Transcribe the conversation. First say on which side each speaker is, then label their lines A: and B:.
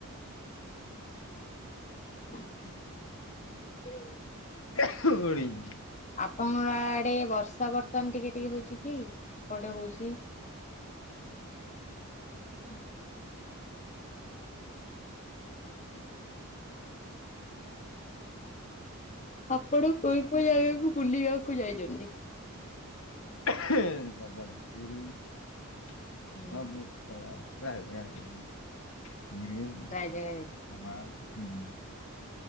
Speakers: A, on the left; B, on the left.
A: <unintelligible>
B: ହଳି <unintelligible>
A: ଆପଣଙ୍କ ଆଡେ ବର୍ଷା ବର୍ତ୍ତମାନ ଟିକେ ଟିକେ ହଉଛି ଇପଟେ ହଉଛି।
B: ଁ <unintelligible>
A: ଆପଣ କୋଉ କୋଉ ଜାଗାକୁ ବୁଲିବାକୁ ଯାଇଛନ୍ତି?
B: <inaudible> ସବୁଆଡେ ପୁରୀ ସବୁ
A: ହୁଁ
B: ହ ପ୍ରାୟ ପୁରୀ ଘଟଗାଁ
A: ପ୍ରାୟ ଜାଗା ଯାଇଛି
B: <unintelligible>